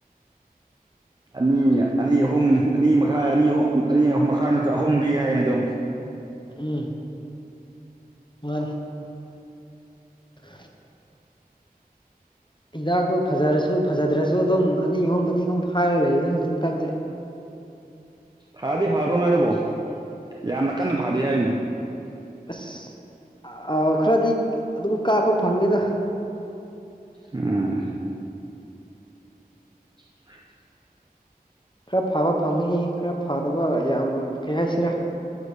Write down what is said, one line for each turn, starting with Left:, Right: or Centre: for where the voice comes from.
Right: ꯑꯅꯤ ꯑꯅꯤ ꯑꯍꯨꯝ ꯑꯅꯤ ꯃꯈꯥꯏ ꯑꯅꯤ ꯑꯍꯨꯝ ꯑꯅꯤ ꯑꯍꯨꯝ ꯃꯈꯥ ꯅꯠꯇ꯭ꯔ ꯑꯍꯨꯝꯄꯤ ꯍꯥꯏꯌꯦꯅꯦ ꯑꯗꯣ
Left: ꯎꯝ ꯃꯥꯅꯤ <unintelligible> ꯍꯤꯗꯥꯛꯇꯨ ꯐꯖꯔꯁꯨ ꯐꯖꯗ꯭ꯔꯁꯨ ꯑꯗꯨꯝ ꯑꯅꯤ ꯑꯍꯨꯝ ꯑꯅꯤ ꯑꯍꯨꯝ ꯐꯥꯏꯔ ꯂꯩꯔꯤꯅꯤ ꯍꯧꯖꯤꯛ ꯃꯊꯛꯇ
Right: ꯐꯥꯗꯤ ꯐꯥꯕ꯭ꯔꯣ ꯅꯣꯏꯕꯣ ꯌꯥꯝꯅ ꯀꯟꯅ ꯐꯥꯗꯤ ꯍꯥꯏꯅ
Left: ꯑꯁ ꯑꯥ ꯈꯔꯗꯤ ꯑꯗꯨꯝ ꯀꯥꯞꯄ ꯐꯪꯉꯦꯗ
Right: ꯎꯝ <unintelligible>
Left: ꯈꯔ ꯐꯕ ꯐꯪꯉꯤ ꯈꯔ ꯐꯗꯕ ꯌꯥꯝ ꯀꯩ ꯍꯥꯏꯁꯤꯔꯥ